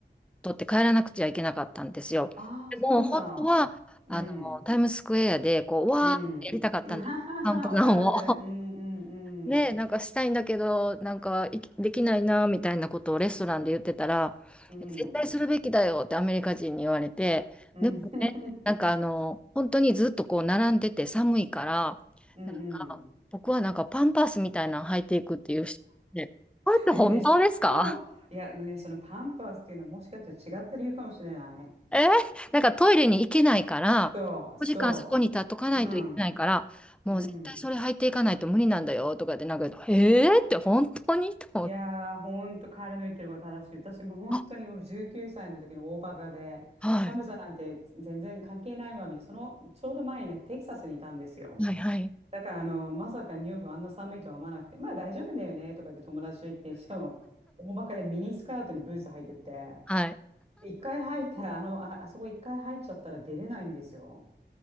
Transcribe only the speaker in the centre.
取って帰らなくちゃいけなかったんですよ。
でも、
本当は、あの、
タイムズスクエアで、こう、わーってやりたかったんです。
カウントダウンを。
ね、なんかしたいんだけど、なんかいきできないなみたいなことをレストランで言ってたら、
絶対するべきだよってアメリカ人に言われて、
でもね、
なんかあの、本当にずっとこう並んでて寒いから、
なんか僕はなんかパンパスみたいなの履いていくっていう人で、これって本当ですか
えーなんかトイレに行けないから、
5時間そこに立っとかないといけないから、
もう絶対それ履いていかないと無理なんだよとかで、
なんか、えーって本当にと思って。
あはい
はいはい。
はい。